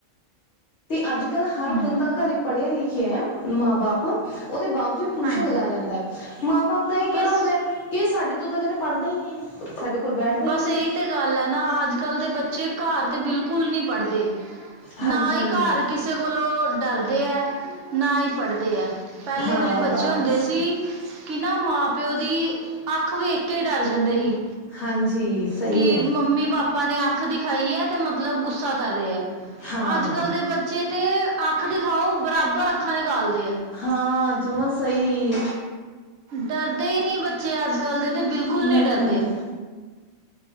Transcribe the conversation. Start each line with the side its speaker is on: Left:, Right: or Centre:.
Left: ਅੱਜ -ਕੱਲ੍ਹ ਹਰ
Right: ਹਮ
Left: ਬੰਦਾ ਘਰੇ ਪੜ੍ਹਿਆ - ਲਿਖਿਆ ਐ, ਮਾਂ- ਬਾਪ ਓਦੇ ਬਾਵਜੂਦ ਟੂਸ਼ਨ
Right: ਹਾਂਜੀ
Left: ਲਗਾਇਆ ਜਾਂਦਾ ਐ। ਮਾਂ ਬਾਪ ਦਾ ਇਹ ਕਹਿਣਾ
Right: ਬਸ
Left: ਹੁੰਦਾ, ਕਿ ਸਾਡੇ ਤੋਂ ਤਾਂ ਕਹਿੰਦੇ ਪੜ੍ਹਦਾ ਈ ਨੀ ਐ, ਸਾਡੇ ਕੋਲ ਬੈਠਦਾ ਹੀ
Right: ਬੱਸ
Left: ਨਹੀਂ
Right: ਇਹੀ
Left: ਹੈ
Right: ਤੇ ਗੱਲ ਹੈਨਾ, ਅੱਜ- ਕੱਲ੍ਹ ਦੇ ਬੱਚੇ ਘਰ ਤੇ ਬਿਲਕੁਲ ਨੀ ਪੜ੍ਹਦੇ।
Left: ਹਾਂਜੀ
Right: ਨਾ ਇਹ ਘਰ ਕਿਸੇ ਕੋਲੋਂ ਡਰਦੇ ਹੈ, ਨਾ ਈ ਪੜ੍ਹਦੇ ਐ। ਪੈਲੇ
Left: ਹਾਂ
Right: ਵਾਲੇ ਬੱਚੇ
Left: ਬਸ
Right: ਹੁੰਦੇ ਸੀ ਕਿ ਨਾ ਮਾਂ ਪਿਓ ਦੀ, ਅੱਖ ਵੇਖ ਕੇ ਡਰ ਜਾਂਦੇ ਸੀ।
Left: ਹਾਂਜੀ ਸਹੀ
Right: ਕੀ
Left: ਹੈ
Right: ਮੰਮੀ- ਪਾਪਾ ਪਾਪਾ ਨੇ ਅੱਖ ਦਿਖਾਈ ਐ, ਤੇ ਮਤਲਬ ਗੁੱਸਾ ਕਰ ਰਏ ਐ,
Left: ਹਾਂ
Right: ਅੱਜ - ਕੱਲ ਦੇ ਬੱਚੇ ਤੇ ਅੱਖ ਦਿਖਾਓ, ਬਰਾਬਰ ਅੱਖਾਂ ਨਿਕਾਲਦੇ ਔ।
Left: ਹਾਂ ਜਮਾ ਸਹੀ।
Right: ਡਰਦੇ ਈ ਨੀ ਬੱਚੇ, ਅੱਜ - ਕੱਲ ਦੇ ਤੇ ਬਿਲਕੁਲ
Left: ਨਾ
Right: ਨੀ ਡਰਦੇ।
Left: ਨਾ ਨਾ